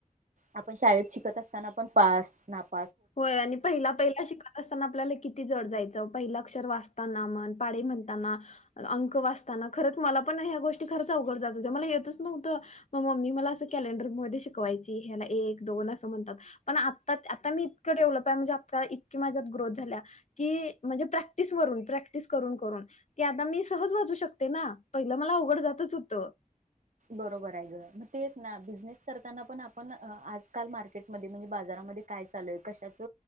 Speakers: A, on the right; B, on the left.
A: आपण शाळेत शिकत असताना पण पास नापा
B: होय आणि पहिला पहिला शिकत असताना आपल्याला किती जड जायचं. पहिला अक्षर वाचताना म पाडे म्हणताना अंक वाचताना खरंच मला पण ह्या गोष्टी खरच अघड जात हो्या मला येतच नव्हतं मग मम्मी मला अस कॅलेंडरमध्ये शिकवायची ह्याला एक दोन असं म्हणतात पण आता आता मी इतकं डेव्हलप आहे म्हणजे आ इतकी माझ्यात ग्रोथ झाल्या की म्हणजे प्रॅक्टिस वून प्रॅक्टिस करून करून की आता मी सहज वाजू शकते ना, पहिलं मला अवघड जातच होतं.
A: बरोबर आहे ग मग तेच ना बिझनेस करताना पण आपण आजकाल मार्केट मध्ये म्हणजे बाजारामध्ये काय चालूय कशाच